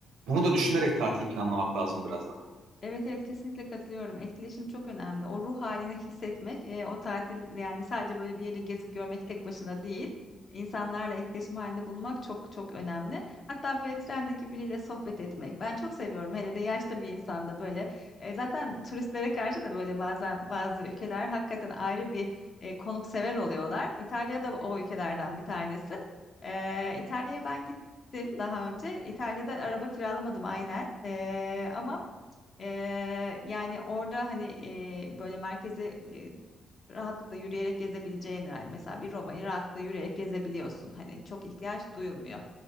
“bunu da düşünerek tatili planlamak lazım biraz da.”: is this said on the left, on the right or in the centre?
Right